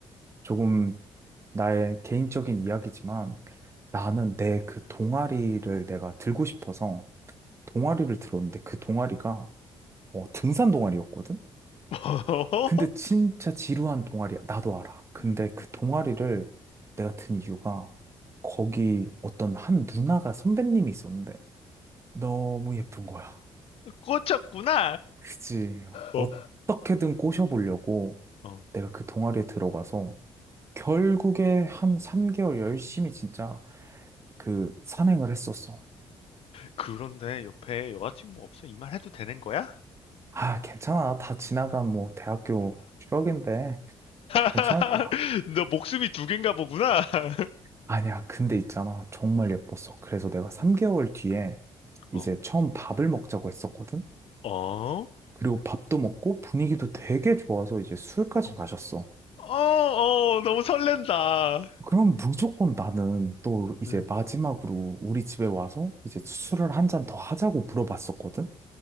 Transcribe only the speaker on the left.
<laughs>
음,
꽂혔구나.
어,
어.
그런데 옆에 여자친구 없어? 이 말 해도 되는 거야?
<laughs>
너 목숨이 두 개인가 보구나. <laughs>
음,
음,
어,
어,
음.
어, 어, 너무 설렌다.
음,